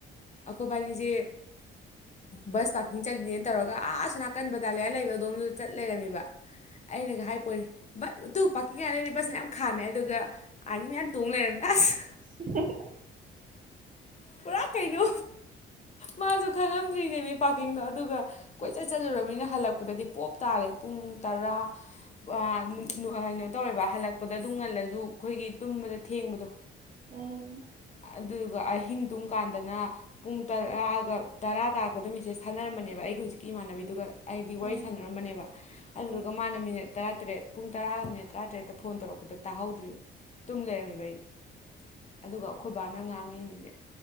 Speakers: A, on the left (about 35°); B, on the right (about 40°).
A: ꯑꯈꯣꯏꯕꯥꯅꯤꯖꯦ ꯕꯁ ꯄꯥꯔꯀꯤꯡ ꯆꯠꯂꯤꯅꯦꯅ ꯇꯧꯔꯒ ꯑꯥꯁꯨ ꯅꯥꯀꯟ ꯕꯇꯥ <unintelligible> ꯂꯩꯕ ꯑꯗꯣꯝꯗꯨꯗ ꯆꯠ ꯂꯩꯔꯝꯃꯤꯕ ꯑꯩꯅꯒ ꯍꯥꯏ ꯄꯣꯅꯤ ꯕ ꯑꯗꯨ ꯄꯥꯔꯀꯤꯡ ꯀꯥꯏꯅ <unintelligible> ꯕꯁ ꯃꯌꯥꯝ ꯈꯥꯝꯃꯦ ꯑꯗꯨꯒ ꯑꯔꯃꯤ ꯃꯌꯥꯝ ꯇꯣꯡ ꯂꯩꯔꯝ ꯑꯁ
B: <unintelligible>
A: ꯄꯨꯔꯥ ꯀꯩꯅꯣ ꯃꯥꯁꯨ ꯈꯪꯉꯝꯗ꯭ꯔꯤꯅꯦꯃꯤ ꯄꯥꯔꯀꯤꯡꯗꯣ ꯑꯗꯨꯒ ꯀꯣꯏꯆꯠ ꯆꯠꯂꯨꯨꯔꯃꯤꯅ ꯍꯜꯂꯛꯄꯗꯗꯤ ꯄꯣꯞ ꯇꯥꯔꯦ ꯄꯨꯡ ꯇꯔꯥ <unintelligible> ꯀꯩꯅꯣ ꯇꯧꯔꯦꯕ ꯍꯜꯂꯛꯄꯗ ꯑꯗꯨꯝ ꯉꯜꯂꯁꯨ ꯑꯩꯈꯣꯏꯒꯤ ꯇꯨꯝꯕꯗ ꯊꯦꯡꯕꯗꯣ
B: ꯎꯝ
A: ꯑꯗꯨꯒ ꯑꯍꯤꯡ ꯇꯨꯝꯀꯥꯟꯗꯅ ꯄꯨꯡ ꯇꯔꯥꯒ ꯇꯔꯥ ꯇꯥꯔꯛꯄꯗ ꯃꯤꯁꯦꯁ ꯊꯥꯅꯔꯝꯕꯅꯦꯕ ꯑꯩꯒꯤ ꯍꯧꯖꯤꯛꯀꯤ ꯏꯃꯥꯟꯅꯕꯤꯗꯨꯒ ꯑꯩꯗꯤ
B: ꯎꯝ
A: ꯋꯥꯔꯤ ꯁꯥꯟꯅꯔꯝꯕꯅꯦꯕ ꯑꯗꯨꯗꯨꯒ
B: ꯎꯝ ꯎꯝ
A: ꯃꯥꯅ ꯃꯤꯅꯠ ꯇꯔꯥꯇꯔꯦꯠ ꯄꯨꯡ ꯇꯔꯥꯒ ꯃꯤꯅꯤꯠ ꯇꯔꯥꯇꯔꯦꯠꯇ ꯐꯣꯟ ꯇꯧꯔꯛꯄꯗ ꯇꯥꯍꯧꯗ꯭ꯔꯤꯕ ꯇꯨꯝ ꯂꯩꯔꯝꯃꯤꯕ ꯑꯩꯗꯤ ꯑꯗꯨꯒ ꯑꯩꯈꯣꯏꯕꯥꯅ ꯉꯥꯡꯉꯤ ꯅꯦ